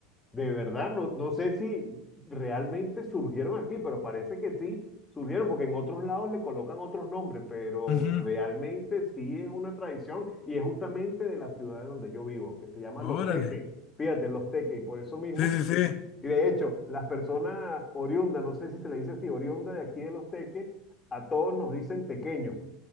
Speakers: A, on the left; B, on the left.
A: De verdad, no, no sé si realmente surgieron aquí, pero parece que sí surgieron, porque en otros lados le colocan otros nombres, pero
B: Ujú,
A: realmente sí es una tradición y es justamente de la ciudad de donde yo vivo, que se llama
B: Órale.
A: Los Teques. Fíjate, Los Teques, y por eso mismo.
B: Sí, sí, sí.
A: Y de hecho, las personas oriundas, no sé si se le dice así, oriunda de aquí de Los Teques, a todos nos dicen tequeños,